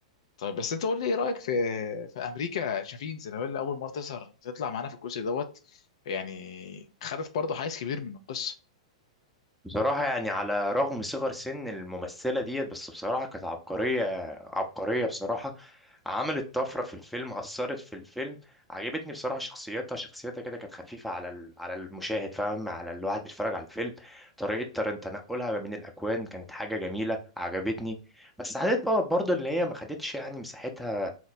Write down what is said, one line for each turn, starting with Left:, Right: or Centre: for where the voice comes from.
Left: طيب بس انت قول لي ايه رايك في في امريكا شافين زي اللي اول مره تظهر تطلع معانا في الجزء دوت يعني خدت برضه حيز كبير من القصه
Centre: بصراحة يعني على رغم صغر سن الممثلة ديت بس بصراحة كانت عبقرية عبقرية بصراحة عملت طفرة في الفيلم أثرت في الفيلم عجبتني بصراحة شخصيتها شخصيتها كده كانت خفيفة على ال- على المشاهد فاهم على الواحد بيتفرج على الفيلم طريقة تر- تنقلها من الأكوان كانت حاجة جميلة عجبتني بس حسيت بقى برضه إن هي ما خدتش يعني مساحتها